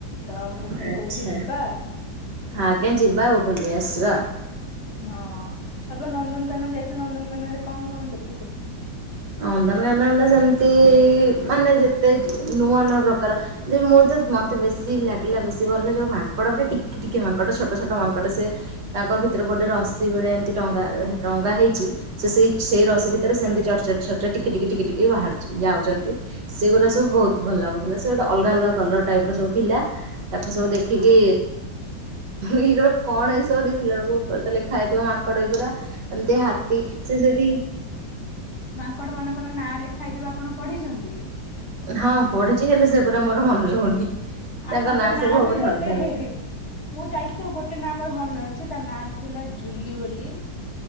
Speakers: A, on the left (about 45°); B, on the right (about 65°).
A: ତ ମୁଁ ସେଥିପାଇଁ
B: ଆଛା
A: କହୁଥିଲି ଯିବା
B: ଆଜ୍ଞା ଯିବା ଆଉ ବୁଲିଆ ଆସିବା।
A: ହଁ। ଆପଣ ନନ୍ଦନକାନନ ଯାଇଥିଲେ ନନ୍ଦନ କାନନ କଣ କଣ ଦେଖ
B: ନନ୍ଦନକାନନ ରେ ସେମ୍ ତି ମାନେ ଯେତେ ନୂଆ ନୂଆ ପ୍ରକାର ମୁଁ ତ ମୋତେ ବେଶୀ ଲାଗିଲା ବେଶୀ ଭଲ ଯେଉଁ ମାଙ୍କଡ଼ ପୁରା ଟିକି ଟିକି ମାଙ୍କଡ଼ ଛୋଟ ଛୋଟ ମାଙ୍କଡ଼ ସେ ତାଙ୍କର ଭିତରେ ଗୋଟେ ରସିି ଭଳିଆ ଏମିତି ଟଙ୍ଗା ଟଙ୍ଗା ହେଇଛି ସେ ସେଇ ସେଇ ରସି ଭିତରେ ତାରେ ସେମତି ଚଢ଼ି ଚଢ଼ି ଟିକେ ଟିକେ ଟିକେ ଟିକେ ବାହରୁଚି ଯାଉଛନ୍ତି। ସେଗୁରା ସବୁ ବହୁତ ଭଲ ଲାଗୁଥିଲା। ସେ ଗୋଟେ ଅଲଗା ଅଲଗା କଲର ଟାଇପ ର ସବୁ ଥିଲା ତାକୁ ସବୁ ଦେଖିକି ଏଇ ଗୁରା କଣ ଏ ସବୁ ଦେଖିଲା ବେଳକୁ ତାହେଲେ ଖାଇଦେବ ମାଙ୍କଡ ଏଗୁରା। ଏମିତି ହାତୀ ସେ ସେଠି
A: ମାଙ୍କଡ ମାନଙ୍କର ନାଁ ଲେଖାହେଇଥିବା ଆପଣ ପଢିଛନ୍ତି।
B: ହଁ ପଢିଛି ହେଲେ ସେ ଗୁରା ମୋର ମନେ ରହୁନି।
A: ଆପଣଙ୍କ
B: ତାଙ୍କ
A: ନାଁ
B: ସବୁ
A: ବି
B: ପୁରା
A: ଗୋଟେ
B: ଅଲଗା ଅଲଗା
A: ହେଁ ହେଁ ମୁଁ ଯାଇଥିଲି ଗୋଟେ ନାଁ ମୋର ମନେ ଅ ଅଛି ତା ନା ଥିଲା ଜୁଲି ବୋଲି।